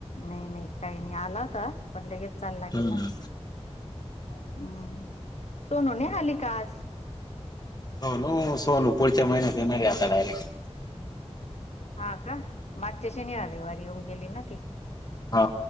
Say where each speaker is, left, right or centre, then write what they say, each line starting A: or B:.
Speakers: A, on the left; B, on the left.
A: नाही नाही काही नाही आला होता पण लगेच चालला
B: हम्म
A: गेला हम्म सोनू न आली का आज
B: सोनू सोनू पुढच्या महिन्यात येणार आता डयरेक्ट
A: हा का मागच्या शनिवारेवारी येऊन गेली ना ती
B: हा